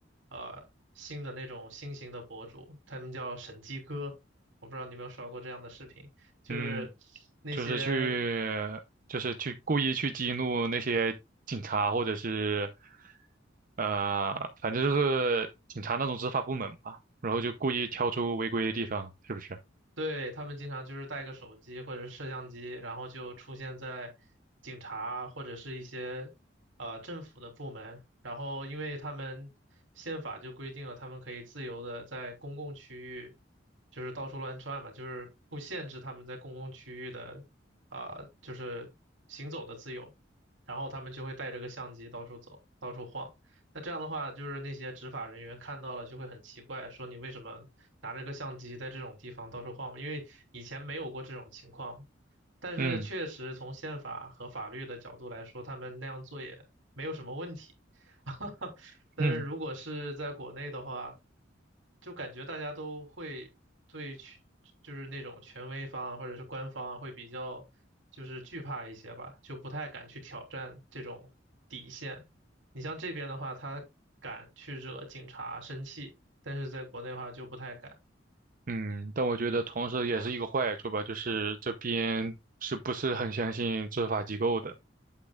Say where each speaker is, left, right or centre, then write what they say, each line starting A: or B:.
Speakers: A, on the right; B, on the right.
A: 呃新的那种新型的博主，他们叫审计哥，我不知道你有没有刷过这样的视频，就是那些。
B: 嗯。就是去，就是去故意去激怒那些警察，或者是，呃，反正就是警察那种执法部门吧，然后就故意挑出违规的地方，是不是？
A: 对，他们经常就是带个手机或者是摄像机，然后就出现在警察或者是一些呃政府的部门，然后因为他们宪法就规定了，他们可以自由的在公共区域就是到处乱窜嘛，就是不限制他们在公共区域的啊就是行走的自由，然后他们就会带着个相机到处走，到处晃。那这样的话，就是那些执法人员看到了就会很奇怪，说你为什么拿着个相机在这种地方到处晃嘛？因为以前没有过这种情况嘛。但是确实从宪法和法律的角度来说，
B: 嗯
A: 他们那样做也没有什么问题。<laughs> 但是如果是在国内的话，
B: 嗯
A: 就感觉大家都会对权，就是那种权威方啊，或者是官方啊，会比较就是惧怕一些吧，就不太敢去挑战这种底线。你像这边的话，他敢去惹警察生气，但是在国内的话就不太敢。
B: 嗯，但我觉得同时也是一个坏处吧，就是这边是不是很相信执法机构的？